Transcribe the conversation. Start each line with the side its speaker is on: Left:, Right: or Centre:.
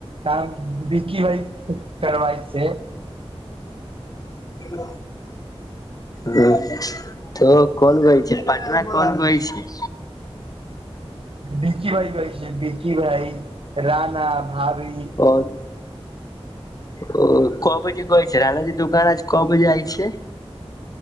Right: काम बिकी भाय करबै छै
Left: ह ह तऽ कोन गैल छै पटना कोन गैल छै
Right: बिकी भाइ कहै छै बिकी भाइ राना भभी
Left: आओर ओ क बजे गइ छै रानाजी दोकान आज क बजे आइ छै